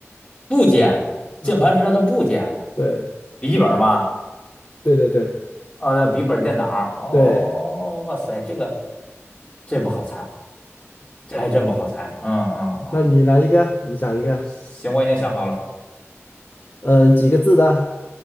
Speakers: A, on the left (about 25°); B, on the left (about 45°).
A: 部件，
B: 啊，
A: 键盘是它的部件，
B: 对，
A: 笔记本吗？
B: 对对对
A: 呃，笔记本电脑儿。哦，
B: 对，
A: 哇塞，这个这不好猜，这还真不好猜。嗯嗯嗯，
B: 那你来一个，你想一个，
A: 行，我已经想好了，
B: 嗯，几个字的？